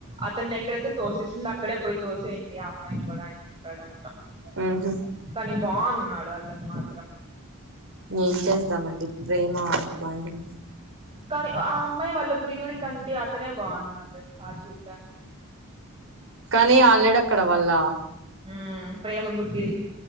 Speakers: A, on the right; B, on the right.
A: అతన్ని ఎక్కడైతే తోసేసింధో అక్కడే పోయి తోసెయ్ అండి ఆ అమ్మాయిని కూడా అనీ చెప్పాడంట
B: ఉహు
A: కానీ బాగున్నాడు అతను మాత్రం
B: ఏం చేద్దామండి ప్రేమ అట్లాడిది
A: కానీ ఆ అమ్మాయి వాళ్ళ ప్రియుడి కంటే అతనే బాగున్నాడు తెలుసా చూడ్డానికి
B: కానీ ఆల్రెడీ అక్కడ వాళ్ళ
A: ఉ ప్రేమ గుడ్డిది